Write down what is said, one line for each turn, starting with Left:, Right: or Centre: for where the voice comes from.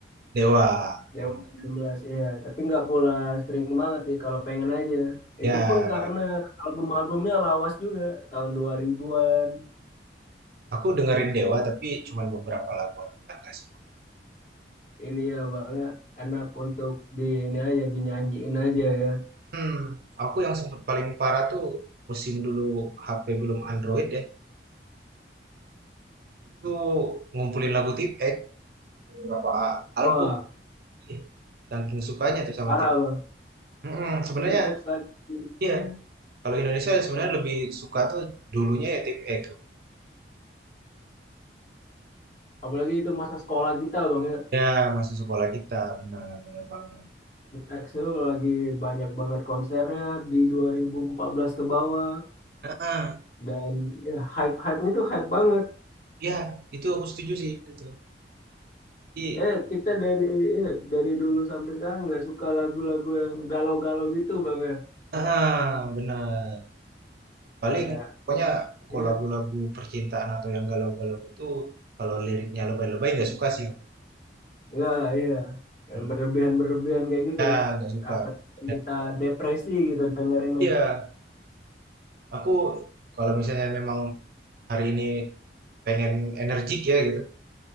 Right: Dewa.
Left: Dewa
Right: Hmm,
Left: sembilan belas, Iya, tapi nggak pula string banget sih kalau pengen aja. Itu
Right: Ya,
Left: pun karena album-albumnya lawas juga, tahun 2000-an.
Right: aku dengerin Dewa tapi cuman beberapa lagu aja, nggak semuanya.
Left: Ini ya Bang, ya, enak untuk di ini aja dinyanyiin aja ya.
Right: Hmm, aku yang sempat paling parah tuh musim dulu HP belum Android ya. Itu ngumpulin lagu Tip X sampai berapa
Left: Wah,
Right: album. Iya, saking sukanya tuh sama
Left: Parah
Right: Tip X.
Left: bang,
Right: Mm-mm, sebenarnya
Left: Tipex lagi.
Right: Iya,
Left: Iya.
Right: Kalau Indonesia sebenarnya lebih suka tuh dulunya ya tip eh
Left: Apalagi itu masa sekolah kita bang ya.
Right: ya masih sekolah kita benar benar banget.
Left: Tipex itu lagi banyak banget konsernya di 2014 ke bawah.
Right: Ah,
Left: Dan ya, hype-hype-nya tuh hype banget.
Right: ya itu aku setuju sih gitu. Jadi
Left: Ya kita dari ya, dari dulu sampai sekarang nggak suka lagu-lagu yang galau-galau gitu bang ya.
Right: ah benar. Paling
Left: Kayak
Right: pokoknya pokok
Left: ya
Right: lagu-lagu percintaan atau yang galau-galau itu kalau liriknya lebay-lebay nggak suka sih aku.
Left: nggak ya yang
Right: Hmm.
Left: berlebihan-berlebihan kayak gitu
Right: Ya
Left: ya.
Right: nggak suka.
Left: Akan
Right: Ya,
Left: kita
Right: tuh, nggak suka.
Left: depresi gitu dengerinnya.
Right: Iya, aku kalau misalnya memang hari ini pengen energik ya gitu,